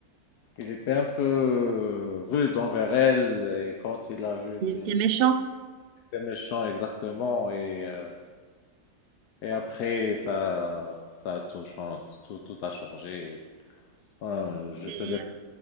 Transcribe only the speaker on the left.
il était un peu euh, rude envers elle. Et quand il a vu
qu'il
était méchant exactement, et, euh, et après, ça, ça a tout changé, tout, tout a changé. Ouais, je
te laisse,